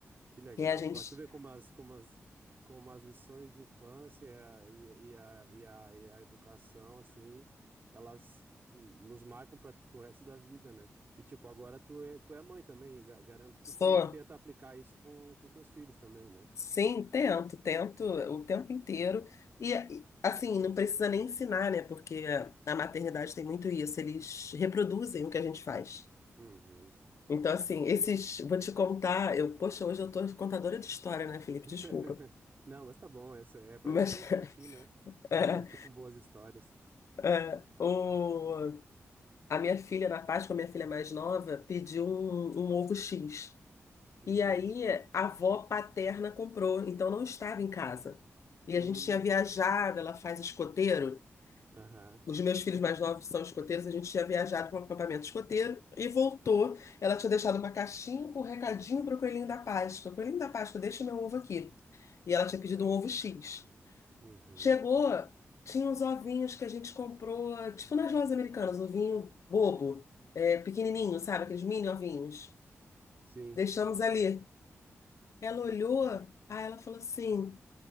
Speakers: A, on the right; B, on the left.
A: Que legal.
B: E a gente
A: Pra tu ver como as, como as, como as lições de infância e, e, a, e, a, e a educação, assim, elas hum, nos marcam para o resto da vida, né? E, tipo, agora tu é, tu é mãe também. ga- Garanto que
B: só,
A: tu tenta aplicar isso com, com teus filhos também, né?
B: sim, tento, tento o tempo inteiro. E, e, assim, não precisa nem ensinar, né? Porque a maternidade tem muito isso, eles reproduzem o que a gente faz.
A: Uhum.
B: Então,
A: Uhum.
B: assim, esses. Vou te contar. Eu, poxa, hoje eu tô contadora de história, né, Felipe?
A: <laughs>
B: Desculpa.
A: Não, mas tá bom. Essa, é para
B: Mas
A: isso que a gente tá aqui,
B: <laughs>
A: né? Se
B: é,
A: divertir com boas histórias.
B: é, o, a minha filha, na Páscoa, a minha filha mais nova, pediu um, um ovo X.
A: Uhum.
B: E aí a avó paterna comprou, então não estava em casa. E
A: Uhum.
B: a gente tinha viajado, ela faz escoteiro.
A: Aham.
B: Os meus filhos mais novos são escoteiros, a gente tinha viajado para um acampamento escoteiro e voltou. Ela tinha deixado uma caixinha com um recadinho para o Coelhinho da Páscoa. Coelhinho da Páscoa, deixa meu ovo aqui. E ela tinha pedido um ovo X.
A: Uhum.
B: Chegou, tinha uns ovinhos que a gente comprou, tipo nas lojas americanas, ovinho bobo, é, pequenininho, sabe? Aqueles mini ovinhos.
A: Sim.
B: Deixamos ali. Ela olhou, aí ela falou assim: